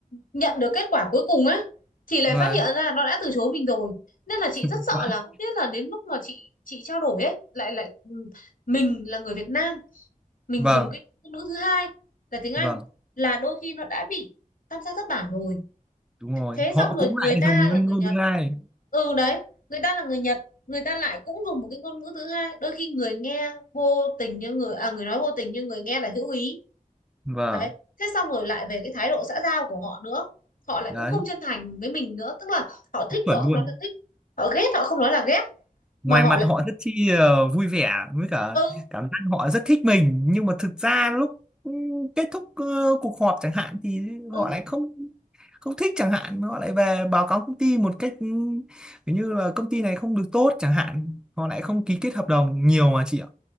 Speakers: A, on the left; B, in the centre.
A: nhận được kết quả cuối cùng ấy thì lại
B: vâng
A: phát hiện ra là nó đã từ chối mình rồi nên là chị
B: <laughs>
A: rất sợ là không biết là đến lúc mà chị chị trao đổi ấy lại lại ừ, mình là người Việt Nam mình
B: vâng
A: dùng cái ngôn ngữ thứ hai là tiếng Anh
B: vâng
A: là đôi khi nó đã bị tam sao thất bản rồi
B: đúng rồi
A: thế
B: họ
A: xong rồi
B: cũng
A: người
B: lại
A: ta
B: dùng ngôn
A: là
B: ngữ
A: người Nhật
B: ai
A: ừ đấy người ta là người Nhật người ta lại cũng dùng một cái ngôn ngữ thứ hai đôi khi người nghe vô tình như người à người nói vô tình nhưng người nghe là hữu ý
B: vâng
A: đấy thế xong rồi lại về cái thái độ xã giao của họ nữa họ lại
B: đấy
A: cũng không chân thành với mình nữa tức là họ thích
B: chuẩn
A: họ không
B: luôn
A: nói là thích họ ghét họ không nói là ghét
B: ngoài
A: mà họ
B: mặt
A: lại
B: họ rất chi ờ, vui vẻ với cả
A: ừ
B: cảm giác họ rất thích mình nhưng mà thực ra lúc ừ, kết thúc ờ, cuộc họp chẳng hạn thì
A: ừ
B: họ lại không không thích chẳng hạn họ lại về báo cáo công ty một cách ừ, kiểu như là công ty này không được tốt chẳng hạn họ lại không ký kết hợp đồng nhiều mà chị ạ